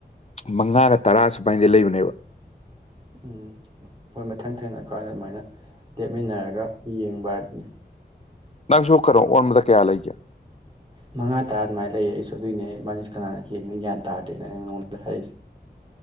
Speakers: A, on the left; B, on the right.
A: ꯃꯉꯥꯒ ꯇꯔꯥ ꯁꯨꯃꯥꯏꯗꯤ ꯂꯩꯕꯅꯦꯕ
B: ꯎꯝ ꯃꯣꯏ ꯃꯊꯪ ꯊꯦꯡꯅ ꯀꯥꯟꯗ ꯑꯗꯨꯃꯥꯏꯅ ꯂꯦꯛꯃꯤꯟꯅꯔꯒ ꯌꯦꯡꯕ ꯑꯗꯨꯅꯤ
A: ꯅꯪꯁꯨꯨ ꯀꯩꯅꯣ ꯑꯣꯟꯕꯗ ꯀꯌꯥ ꯂꯩꯒꯦ
B: ꯃꯉꯥ ꯇꯥ ꯑꯗꯨꯃꯥꯏꯅ ꯂꯩꯌꯦ ꯑꯩꯁꯨ ꯑꯗꯨꯏꯅꯦ ꯏꯕꯥꯟꯅꯤꯁꯦ ꯀꯅꯥꯅ ꯍꯦꯟꯕꯅꯣ ꯒ꯭ꯌꯥꯟ ꯇꯥꯗꯦ ꯑꯩꯅ ꯅꯉꯣꯟꯗ ꯍꯥꯢꯔꯛꯏꯁꯦ